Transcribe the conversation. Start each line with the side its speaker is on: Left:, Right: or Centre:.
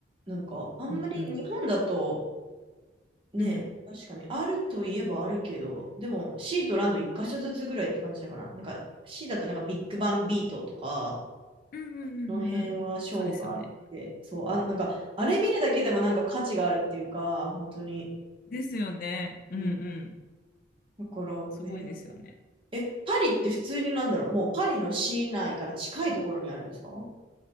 Right: なんか、あんまり日本だと、
Left: うんうん。
Right: ね、
Left: うん。
Right: 確かに。あるといえばあるけど、でも C とランド一箇所ずつぐらいって感じなのかな。なんか C だとなんかビッグバンビートとか、
Left: うんうんうんうんうん。
Right: この辺はショーがあって、
Left: そうですよね。
Right: そう、あ、なんか、あれ見るだけでもなんか価値があるっていうか、本当に。
Left: ですよね。うんうん。
Right: うん。だから、
Left: すごいですよね。
Right: え、え、パリって普通になんだろう、もうパリの市内から近いところにあるんですかう